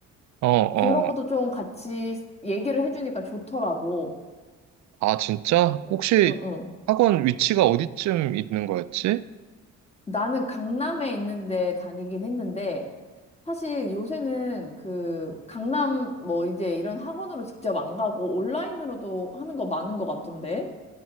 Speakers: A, on the right (about 65°); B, on the left (about 20°).
A: 어, 어.
B: 그런 것도 좀 같이 얘기를 해주니까 좋더라고.
A: 아, 진짜?
B: 응,
A: 혹시
B: 응. 응.
A: 학원 위치가 어디쯤 있는 거였지?
B: 나는 강남에 있는데 다니긴 했는데, 사실 요새는 그 강남 뭐 이제 이런 학원으로 직접 안 가고 온라인으로도 하는 거 많은 것 같던데?